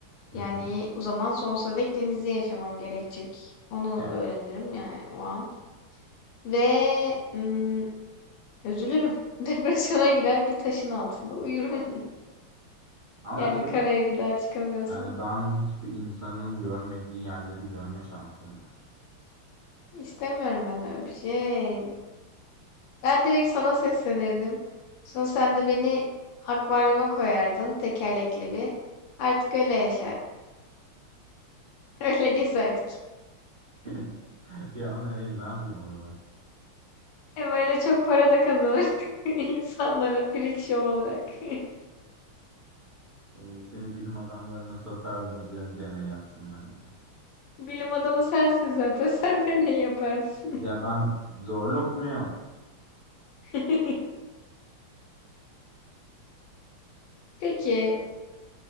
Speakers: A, on the right; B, on the left.
A: hı
B: Yani
A: hı.
B: o zaman sonsuza dek denizde yaşamam gerekecek. Onu
A: Evet.
B: öğrenirim yani o an. Ve mm, üzülürüm. <laughs> Depresyona girer bir taşın altında uyurum. <laughs>
A: Ama
B: Yani
A: şey
B: karaya bir daha çıkamıyorsam.
A: yani daha önce hiçbir insanın görmediği yerleri görme şansın var.
B: İstemiyorum ben öyle bir şey. Ben direkt sana seslenirdim. Sonra sen de beni akvaryuma koyardın tekerlekli bir. Artık öyle yaşardık. <laughs> Öyle gezerdik.
A: <laughs> Ya o ne el ne yapayım onu
B: Hem öyle çok para da kazanırdık <laughs> insanlara freak show olarak. <laughs>
A: ben? Ee, seni bilim adamlarına satardım üzerine deney yapsınlar diye.
B: Bilim adamı sensin zaten. <laughs> Sen de ne yaparsın?
A: Ya ben zoolog muyum?
B: <laughs> Peki,